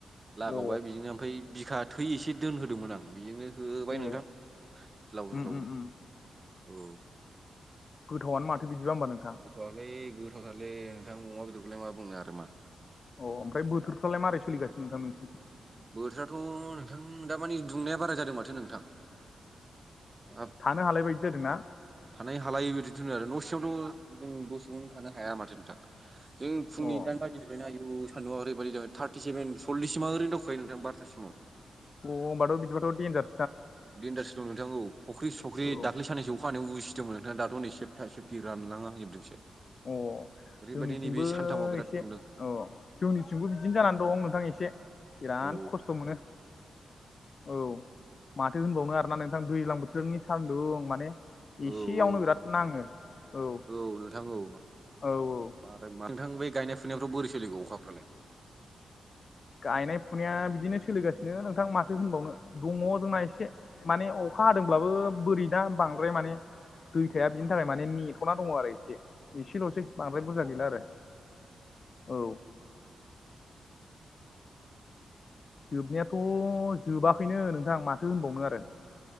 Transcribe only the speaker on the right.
लागावबाय
बिजोंनो ओमफ्राय बिखा थै एसे दोनहोदोंमोन आं बेजोंनो होबाय
नोंथां। ज्लाव
ज्लाव
नो
औ।
गोथावयालाय गोथावथारलै नोंथां अमा बेदरखौलाय मा बुंनो आरो मा
बोथोराथ' नोंथां दा मानि दुंनाया बारा जादों माथो नोंथां। हाब
थानाय हालायै बिदिनोथ'नो आरो न' सिङावथ' जों दसेयावनो थानो हाया माथो नोंथां। जों फुंनि
दाइन बाजिनिफ्रायनो आयु सान्दुुंआ ओरैबायदि जाबाय थार्टि सेभेन सल्लिससिमा ओरै दावखोखायो नोंथां बारथासिमाव।
बेन्डासो दं नोंथांखौ फ'ख्रि सख्रि
दाख्लै साननसो अखानाय उसि सिदोंमोन नोंथाङा दाथ'नै सेबथा सेबथि रानलाङा होजोबदोंसो।
ओरैबायदि
नैबे सानथामाव बिराद
दुंदों।
औ
औ
औ नोंथां औ।
मारै मा नोंथां बे गायनाय फुनायफ्राव बोरै सोलिगौ अखाफ्रालाय?